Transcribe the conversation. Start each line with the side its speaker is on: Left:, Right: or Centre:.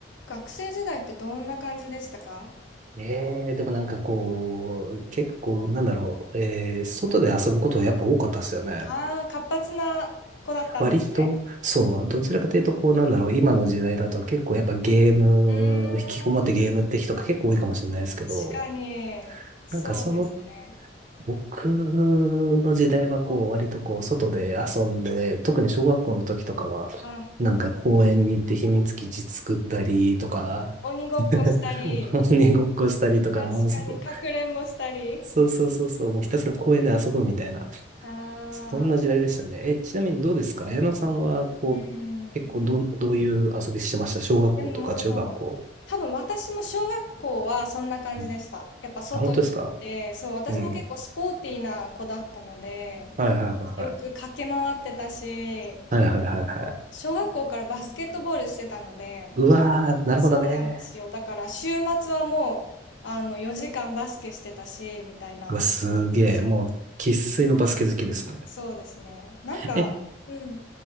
Left: 学生時代ってどんな感じでしたか
Right: ええ、でもなんかこう、結構、なんだろう、えー、外で遊ぶことやっぱ多かったっすよね。
Left: ああー、活発な子だったんですね。
Right: 割と、そう、どちらかというと、こう、なんだろう、今の時代だと結構やっぱゲーム、
Left: うーん、
Right: 引きこもってゲームって人が結構多いかもしれないですけど、
Left: 確かに。そうですね。
Right: なんかその、僕の時代はこう、割とこう、外で遊んで、特に小学校の時とかは、
Left: あ、あー、
Right: なんか公園に行って秘密基地作ったりとか、
Left: 鬼ごっこしたり、
Right: <laughs> う鬼ごっこしたりとか、
Left: 確かにかくれんぼしたり。
Right: もう外そうそうそうそう、もうひたすら公園で遊ぶみたいな、
Left: ああ、
Right: そんな時代でしたね。え、ちなみにどうですか綾野さんは、こう、
Left: うん。
Right: 結構ど、どういう遊びしてました小学校とか中学校。
Left: でも、多分私も小学校はそんな感じでした。
Right: うん
Left: やっぱ外に行って、
Right: あ、本当ですか
Left: そう、私も結構スポーティーな子だったので、
Right: うん。はいはいはいはい。
Left: よく駆け回ってたし、
Right: はいはいはいはい。
Left: あの小学校からバスケットボールしてたので、
Right: うわー、なるほどね。
Left: そうなんですよ。だから週末はもう、あの、4時間バスケしてたし、みたいな。
Right: うわ、すげえ。
Left: そう、
Right: もう、生粋のバスケ好きですね。
Left: そうですね。なんか、
Right: え、
Left: うん。